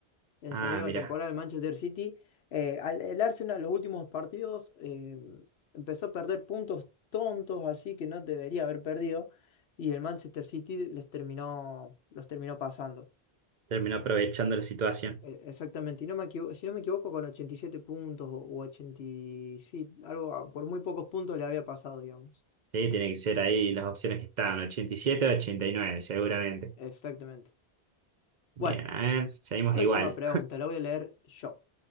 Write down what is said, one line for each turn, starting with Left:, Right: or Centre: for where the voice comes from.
Left: esa
Right: Ah,
Left: misma
Right: mira,
Left: temporada el Manchester City. eh, al- el Arsenal, los últimos partidos, eh, empezó a perder puntos tontos, así que no debería haber perdido. Y el Manchester City les terminó, los terminó pasando.
Right: terminó aprovechando la situación.
Left: Eh, exactamente. Y no me equivo- si no me equivoco, con 87 puntos o, o 87, algo, ah, por muy pocos puntos le había pasado, digamos.
Right: Sí, tiene que ser ahí las opciones que estaban, 87 o 89, seguramente.
Left: Exactamente.
Right: Bien,
Left: Bueno,
Right: a ver, seguimos
Left: próxima
Right: igual.
Left: pregunta, la voy a leer yo.